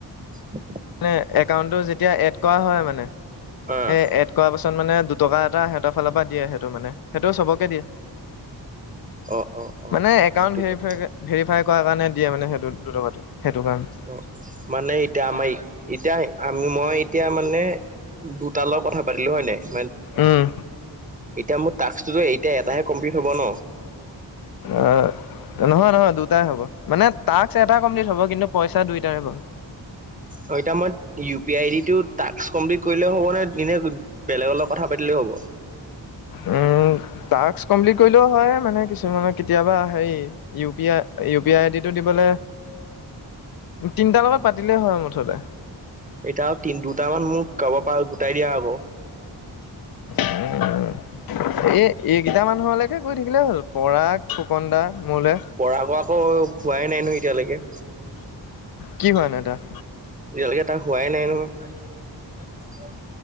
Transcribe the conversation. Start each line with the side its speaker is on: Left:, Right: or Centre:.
Right: উ <unintelligible>
Left: মানে একাউণ্টটো যেতিয়া এড কৰা হয় মানে
Right: অ',
Left: সেই এড কৰা পাছত পিছত মানে দুটকা এটা সহতৰ ফালৰ পৰা দিয়ে সেইটো মানে সেইটো চবকে দিয়ে।
Right: অ', অ', অ',
Left: মানে একাউন্ট
Right: সেইটো
Left: ভেৰিফাই
Right: কথা
Left: ভেৰিফাই কৰা কাৰণে দিয়ে মানে সেইটো দুটকাটো সেইটো কাৰণে।
Right: অ মানে এতিয়া আমাৰ এতিয়া আমি মই এতিয়া মানে দুটা লগত কথা পাতিলো হয়নে মানে
Left: উম
Right: এতিয়া মোৰ টাস্কটোতো এতিয়া এটাহে কমপ্লিট হব ন?
Left: আহ নহয় নহয় দুটাই হ'ব, মানে টাস্ক এটাই কমপ্লিট হব কিন্তু পইচা দুইটাৰে পাবি।
Right: অ এতিয়া মই ইউ পি আই দি তোৰ তাস্ক কম্প্লিত কৰিলেও হ'ব নে ইনে বেলেগৰ লগত কথা পাতিলেও হ'ব?
Left: উম টাস্ক কম্প্লীত কৰিলেও হয় মানে কিছুমানত কেতিয়াবা হেৰি U P I, U P I আইদিটো দিব লে তিনটা লগত পাতিলেই হয় মুঠতে।
Right: এতিয়া তিনি দুটামান মোক গাব পাৰ গোটাই দিয়া আক।
Left: এই এইকেইটা মানুহৰলেকে কৰি থাকিলেই হ'ল পৰাগ, ফুকন দা। মোলে।
Right: পৰাগৰ আকৌ হোৱাই নাই নহয় এতিয়ালৈকে।
Left: কি হোৱানাই তাৰ?
Right: এতিয়ালৈকে তাৰ হোৱাই নাই নহয়।